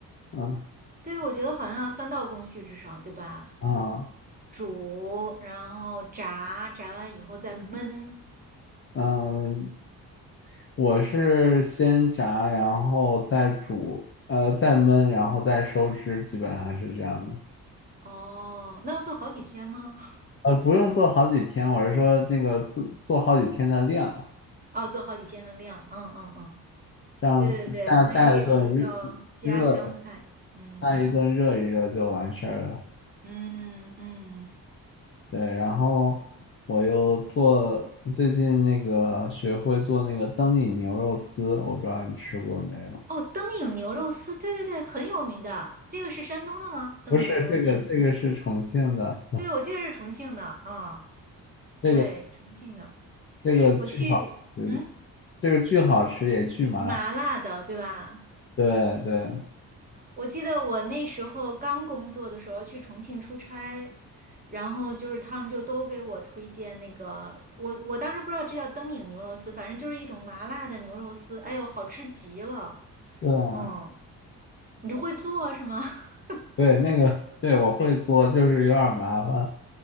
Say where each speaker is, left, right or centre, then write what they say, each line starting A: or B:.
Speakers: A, on the left; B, on the right.
A: 嗯
B: 对，我觉得好像要三道工序至少，对吧？
A: 嗯
B: 煮，然后炸，炸完以后再焖，
A: 嗯，我是先炸，然后再煮，呃，再焖，然后再收汁，基本上是这样的。
B: 哦，那要做好几天吗？
A: 呃，不用做好几天，我是说那个做做好几天的量，
B: 哦，做好几天的量，嗯嗯嗯，
A: 这样下下一顿
B: 对对对，那个也是一道家乡菜，
A: 热热
B: 嗯
A: 下一顿热一热就完事儿了。
B: 嗯嗯，
A: 对，然后我又做最近那个学会做那个灯影牛肉丝，我不知道你吃过没有？
B: 哦，灯影牛肉丝，对对对，很有名的，这个是山东的吗？灯影牛肉丝，
A: 不是这个，这个是重庆的，
B: 对，我记得是重庆的，嗯，
A: 这个
B: 对，重庆的，
A: 这个巨好吃，
B: 我去，嗯，
A: 这个巨好吃也巨麻烦。
B: 麻辣的，对吧？
A: 对对
B: 我记得我那时候刚工作的时候去重庆出差，然后就是他们就都给我推荐那个，我我当时不知道这叫灯影牛肉丝，反正就是一种麻辣的牛肉丝，哎呦，好吃极了。
A: 对啊，
B: 嗯，你会做是吗？<laughs>
A: 对那个对我会做，就是有点儿麻烦。